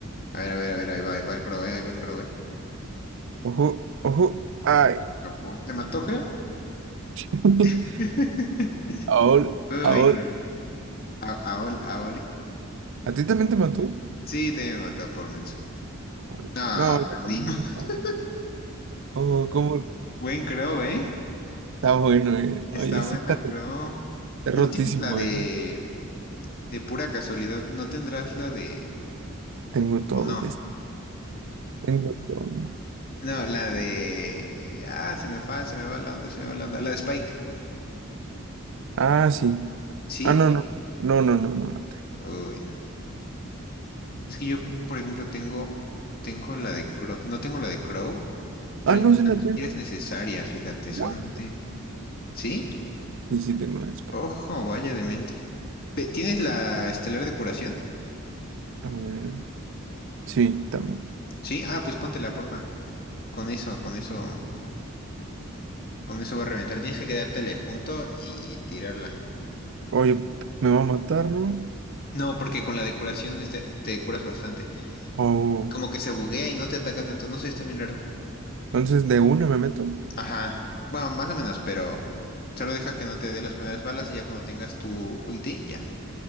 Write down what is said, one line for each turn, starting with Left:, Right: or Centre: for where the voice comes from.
Left: a ver, a ver, a ver, ahí va, ahí va el crow, eh, ahí va el crow, eh.
Right: Ojo, ojo. Ay.
Left: Escapó. ¿Te mató, creo?
Right: <laughs>
Left: <laughs>
Right: Aol,
Left: Uy,
Right: Aol.
Left: no. A, a Oli, a Oli.
Right: ¿A ti también te mató?
Left: Sí, te mató por menso.
Right: Pobrecito.
Left: Ah,
Right: No, ya
Left: perdimos.
Right: también.
Left: <laughs>
Right: ¿Cómo, cómo?
Left: Buen crow, ¿eh?
Right: Está bueno, eh.
Left: Está
Right: Oye,
Left: bueno
Right: sí, está,
Left: el crow.
Right: está
Left: ¿No
Right: rotísimo,
Left: tienes la de
Right: eh.
Left: De pura casualidad, ¿no tendrás la de...
Right: Tengo todo
Left: o no?
Right: de este. Tengo todo.
Left: No, la de... Ah, se me va, se me va la onda, se me va la onda. La de Spike.
Right: Ah, sí.
Left: ¿Sí?
Right: Ah, no, no. No, no, no, no la tengo.
Left: Uy, no. Es que yo, por ejemplo, tengo... Tengo la de Crow... No tengo la de Crow, pero
Right: Ah, no
Left: incluso
Right: se la
Left: ni
Right: tengo.
Left: siquiera es necesaria, fíjate, solamente...
Right: What?
Left: ¿Sí?
Right: Sí, sí, tengo la de España.
Left: Ojo, vaya de mente. ¿Tienes la estelar de curación?
Right: A ver. Sí, también.
Left: Sí. Ah, pues póntela, porfa. Con eso, con eso, con eso va a reventar. Tienes que quedártele junto y tirarla.
Right: Oye, me va a matar, ¿no?
Left: No, porque con la de curación es te curas bastante.
Right: Oh.
Left: Y como que se buguea y no te ataca tanto. No sé, está bien raro.
Right: Entonces, ¿de una me meto?
Left: Ajá. Bueno, más o menos, pero solo deja que no te dé las primeras balas y ya cuando tengas tu ulti, ya.